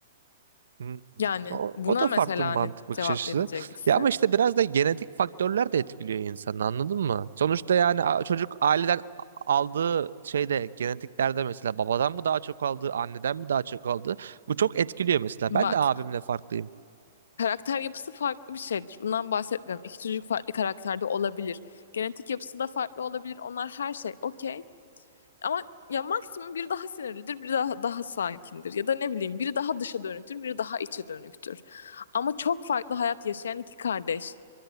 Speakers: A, on the right (about 80°); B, on the left (about 75°).
A: Hmm.
B: Yani
A: O,
B: buna
A: o da
B: mesela
A: farklı bir mantık
B: ne
A: bakış
B: cevap
A: açısı.
B: vereceksin?
A: Ya ama işte biraz da genetik faktörler de etkiliyor insanı anladın mı? Sonuçta yani a- çocuk aileden a- aldığı şeyde genetiklerde mesela babadan mı daha çok aldı, anneden mi daha çok aldı? Bu çok etkiliyor mesela.
B: Bak,
A: Ben de abimle farklıyım.
B: karakter yapısı farklı bir şeydir. Bundan bahsetmiyorum. İki çocuk farklı karakterde olabilir. Genetik yapısı da farklı olabilir. Onlar her şey okey. Ama ya maksimum biri daha sinirlidir, biri daha daha sakindir ya da ne bileyim biri daha dışa dönüktür, biri daha içe dönüktür. Ama çok farklı hayat yaşayan iki kardeş.